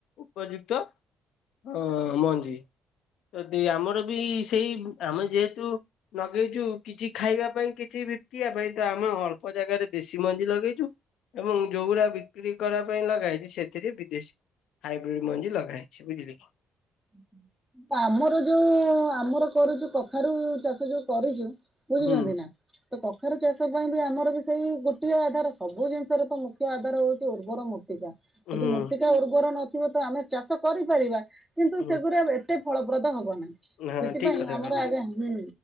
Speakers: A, on the left; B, in the centre.
A: ଉପଯୁକ୍ତ। ହଁ ମଞ୍ଜି ତ ଦି ଆମର ବି ସେଇ ଆମେ ଯେହେତୁ ଲଗେଇଛୁ କିଛି ଖାଇବା ପାଇଁ କିଛି ବିପିକିଆ ପାଇଁ ତ ଆମେ ଅଳ୍ପ ଜାଗାରେ ଦେଶୀ ମଞ୍ଜି ଲଗେଇଛୁ। ଏବଂ ଯୋଉଗୁଡା ବିକ୍ରି କରିବା ପାଇଁ ଲଗାହେଇଛି ସେଥିରେ ବିଦେଶୀ ହାଇବ୍ରିଡ ମଞ୍ଜି ଲଗାହେଇଛି। ଛିବୁଝିଲେ କି?
B: ହୁ୍ ହ <unintelligible> ଆମର ଯୋଉ ଆମର କରୁଛୁ କଖାରୁ ଚାଷ ଯୋଉ କରୁଛୁ ବୁଝୁଛନ୍ତି
A: ହୁଁ
B: ନା। ତ କଖାରୁ ଚାଷ ପାଇଁ ବି ଆମର ବି ସେଇ ଗୋଟିଏ ଆଧାର ସବୁ ଜିନିଷରେ ତ ମୁଖ୍ୟ ଆଧାର ହଉଛି ଉର୍ବର ମୂର୍ତ୍ତି ମୃର୍ତ୍ତିକା
A: ହୁଁ
B: ଯଦି ମୃତ୍ତିକା ଉର୍ବର ନଥିବ ତ ଆମେ ଚାଷ କରିପାରିବା କିନ୍ତୁ
A: ହୁଁ।
B: ସେଗୁଡ଼ା ଏତ ସେତେ ଫଳପ୍ରଦ ହବ ନାହିଁ।
A: ହଁ
B: ସେଥିପାଇଁ
A: ଠିକ କଥା
B: ଆମର
A: କହିଲେ
B: ଆଜ୍ଞା ହୁଁ